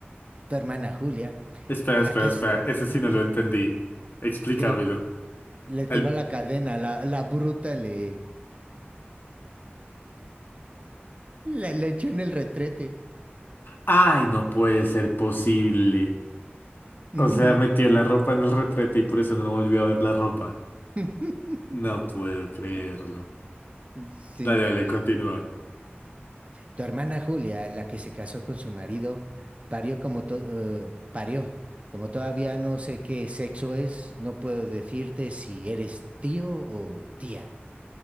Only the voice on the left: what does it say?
Espera,
espera,
espera.
Ese
sí no lo entendí. Explícamelo.
El-
Ay, no puede ser posible.
O sea, metió la ropa en el retrete y por eso no volvió a ver la ropa.
No puedo creerlo.
Dale,
dale, continúa.